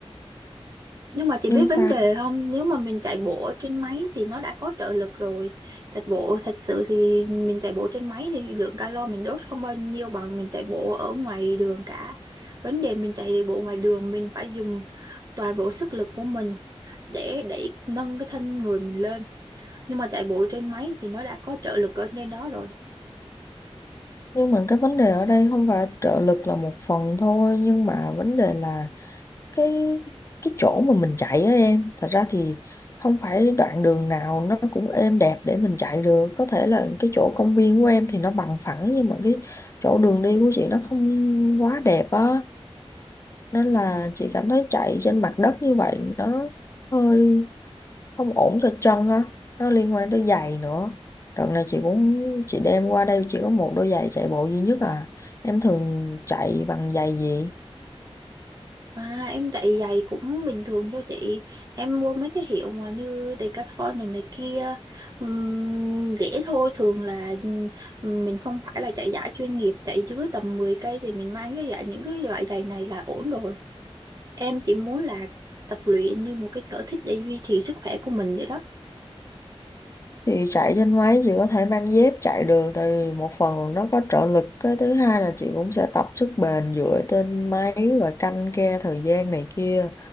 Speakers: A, on the right; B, on the left.
A: Nhưng mà chị
B: nhân
A: biết vấn
B: sao
A: đề không? Nếu mà mình chạy bộ ở trên máy thì nó đã có trợ lực rồi. Thật bộ thật sự thì mình chạy bộ trên máy thì lượng calo mình đốt không bao nhiêu bằng mình chạy bộ ở ngoài đường cả. Vấn đề mình chạy bộ ngoài đường mình phải dùng toàn bộ sức lực của mình để đẩy nâng cái thân người mình lên. Nhưng mà chạy bộ trên máy thì nó đã có trợ lực ở trên đó rồi.
B: nhưng mà cái vấn đề ở đây không phải trợ lực là một phần thôi nhưng mà vấn đề là cái cái chỗ mà mình chạy á em thật ra thì không phải đoạn đường nào nó cũng êm đẹp để mình chạy được có thể là cái chỗ công viên của em thì nó bằng phẳng nhưng mà cái chỗ đường đi của chị nó không quá đẹp á nên là chị cảm thấy chạy trên mặt đất như vậy nó hơi không ổn cho chân á nó liên quan tới giày nữa đợt này chị cũng chị đem qua đây chỉ có một đôi giày chạy bộ duy nhất à em thường chạy bằng giày gì
A: À, em chạy giày cũng bình thường thôi chị. Em mua mấy cái hiệu mà như Decathlon rồi này kia ừm, rẻ thôi. Thường là ừm, mình không phải là chạy giải chuyên nghiệp, chạy dưới tầm 10 cây thì mình mang cái giày những cái loại giày này là ổn rồi. Em chỉ muốn là tập luyện như một cái sở thích để duy trì sức khỏe của mình vậy đó.
B: Chị chạy trên máy chị có thể mang dép chạy được tại vì một phần là nó có trợ lực cái thứ hai là chị cũng sẽ tập sức bền dựa trên máy và canh ke thời gian này kia